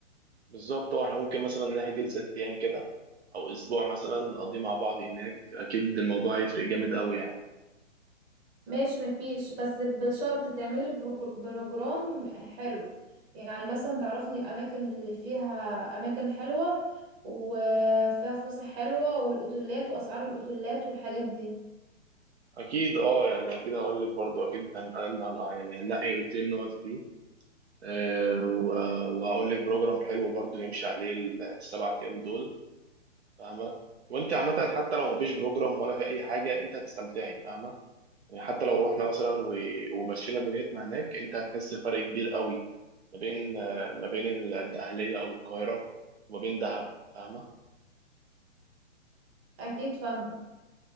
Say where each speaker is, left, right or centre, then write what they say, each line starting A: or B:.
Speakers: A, on the right; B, on the right.
A: بالظبط اه احنا ممكن مثلا نحجز ست ايام كده او اسبوع مثلا نقضيه مع بعض هناك اكيد الموضوع هيفرق جامد قوي يعني
B: ماشي مفيش بس بشرط تعمل له بروجرام حلو يعني مثلا تعرفني الاماكن اللي فيها اماكن حلوه وفيها فسح حلوه والاوتيلات واسعار الاوتيلات والحاجات دي
A: اكيد اه يعني اكيد هقول لك برضو اكيد هن- هن- هن- يعني هنلاقي اوتيل نقعد فيه آه، و- وهقول لك بروجرام حلو برضو نمشي عليه السبع ايام دول فاهمه وانت عامه حتى لو مفيش بروجرام ولا في اي حاجه انت هتستمتعي فاهمه يعني حتى لو رحنا مثلا و- ومشينا دنيتنا هناك انت هتحس بفرق كبير قوي ما بين آه، ما بين ال- الدقهليه او القاهره وما بين دهب فاهمه
B: اكيد فاهمه